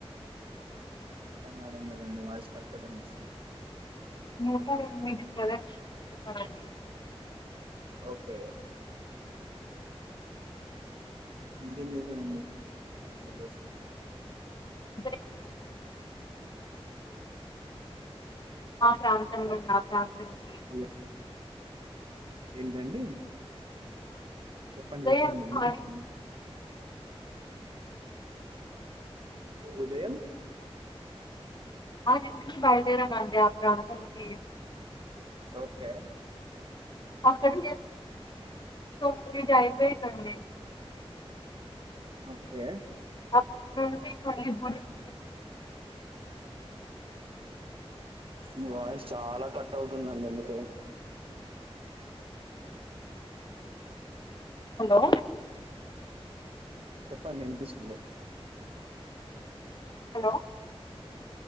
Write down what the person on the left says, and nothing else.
<unintelligible>
<unintelligible> మా ప్రాంతంలో ఉన్నా ఆ ప్రాంతానికి
ఉదయం
ఆరి
<unintelligible> బయలుదేరమండి ఆ ప్రాంతానికి
అక్కడికి <unintelligible> అయిపోయిందండి
<unintelligible>
హలో
హలో